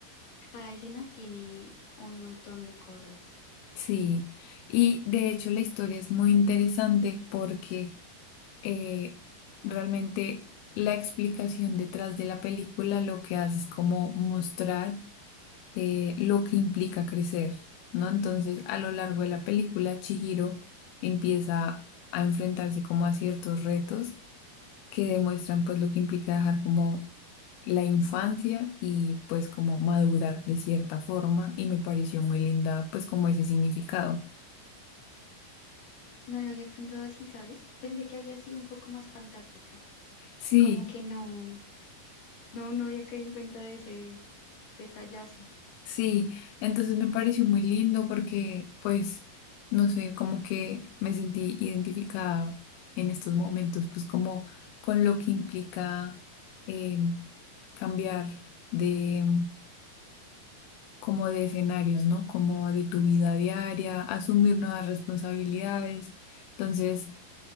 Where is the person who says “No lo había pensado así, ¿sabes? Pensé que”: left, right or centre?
Left